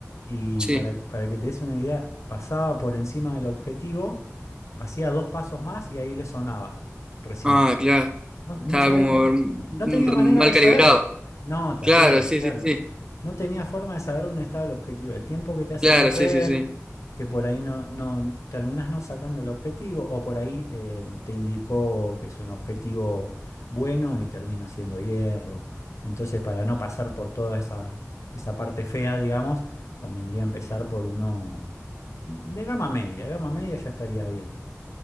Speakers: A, on the left; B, on the right.
A: y
B: Sí.
A: para, para que te des una idea, pasaba por encima del objetivo, hacía dos pasos más y ahí le sonaba recién.
B: Ah, claro.
A: No, no
B: Estaba
A: sabía-
B: como
A: no,
B: mm,
A: no tenía manera
B: mal
A: de saber.
B: calibrado.
A: No, terrible,
B: Claro, sí,
A: claro.
B: sí, sí.
A: No tenía forma de saber dónde estaba el objetivo. El tiempo que te hace
B: Claro,
A: perder,
B: sí, sí, sí.
A: que por ahí no, no terminás no sacando el objetivo, o por ahí eh, te indicó que es un objetivo bueno y termina siendo hierro. Entonces, para no pasar por toda esa, esa parte fea, digamos, convendría empezar por uno de gama media. Gama media ya estaría bien.